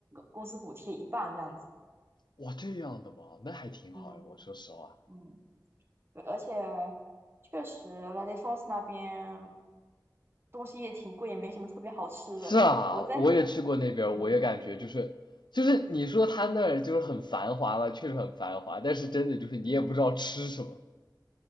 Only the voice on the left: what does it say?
哇，这样的吗？那还挺好呀，
我说实话。
是啊，
我也去过那边儿我也感觉就是就是你说他那儿就是很繁华了，
确实很繁华，但是真的就是你也不知道吃什么